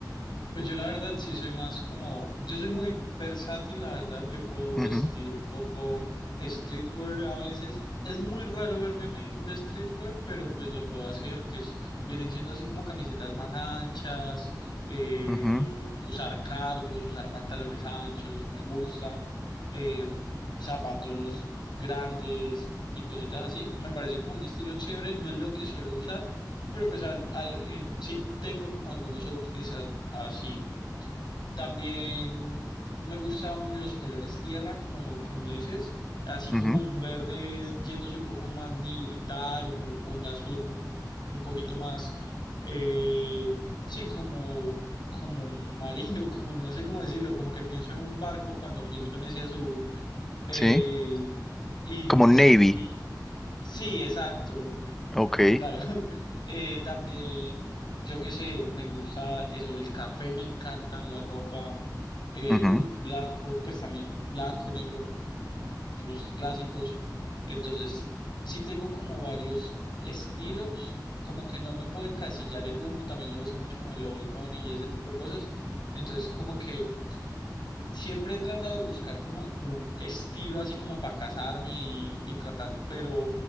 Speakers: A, on the left (about 80°); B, in the centre.
A: Pues yo la verdad sí soy más como, yo soy muy versátil, la verdad, yo puedo
B: Ujú,
A: vestir un poco streetwear a veces. Es muy raro verme a mí de streetwear, pero pues lo puedo hacer, que es, vienen siendo así como camisetas más anchas, eh,
B: ujú,
A: usar cargos, usar pantalones anchos, me gusta, eh, zapatos grandes y cositas así. Me parece como un estilo chévere, no es lo que suelo usar pero pues al, al- eh, sí tengo como algunos outfits a- así. También me gustan los colores tierra, como, como dices, así como
B: ujú,
A: un verde yéndose un poco más militar, u- un azul un un poquito más, eh, sí, como, como marino, <laughs> como no sé cómo decirlo, como que pienso en un barco cuando pienso en ese azul. Eh,
B: Sí,
A: y
B: como navy,
A: sí, y, sí, exacto,
B: ok,
A: claro. Eh, también, yo qué sé, me gusta eso, el café, me encantan la ropa, el
B: ujú,
A: blanco, pues también blanco, negro, los clásicos. Entonces, sí tengo como varios estilos, como que no me puedo encasillar en uno, también me gusta mucho como el old money y ese tipo de cosas. Entonces, como que Siempre he tratado de buscar como un estilo así como para casarme y, y tratar, pero,